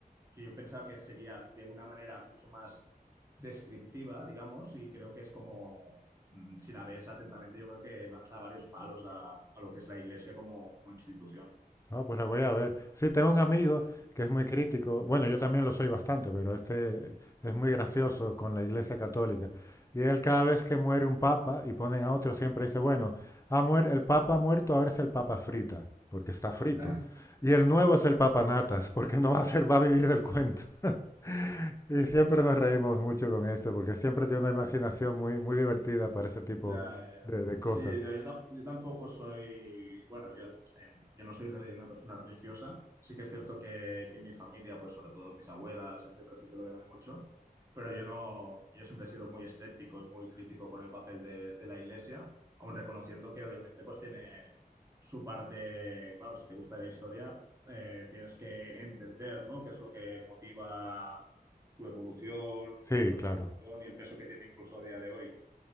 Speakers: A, on the right; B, on the left.
A: que yo pensaba que sería de una manera mucho más descriptiva, digamos, y creo que es como, mm, si la ves atentamente, yo creo que lanza varios palos a, a lo que es la iglesia como, como institución.
B: Ah, pues la voy a ver. Sí, tengo un amigo que es muy crítico. Bueno, yo también lo soy bastante, pero este es muy gracioso con la Iglesia Católica. Y él cada vez que muere un papa y ponen a otro, siempre dice, bueno, ha muer- el papa ha muerto, ahora es el papa frita, porque está frito.
A: <laughs>
B: Y el nuevo es el papa natas, porque no va a ser, va a vivir del cuento. <laughs> Y siempre nos reímos mucho con esto, porque siempre tiene una imaginación muy, muy divertida para ese tipo
A: Ya, ya.
B: de, de cosas.
A: Sí, no, yo, tam- yo tampoco soy, bueno, yo, en- yo no soy reli- una persona religiosa, sí que es cierto que, que mi familia, pues sobre todo mis abuelas, etcétera, sí que lo eran mucho, pero yo no, yo siempre he sido muy escéptico y muy crítico con el papel de, de la iglesia, aun reconociendo que obviamente pues tiene su parte, claro, si te gusta la historia, eh, tienes que entender, ¿no? qué es lo que motiva su evolución,
B: Sí,
A: su transformación
B: claro.
A: y el peso que tiene incluso a día de hoy.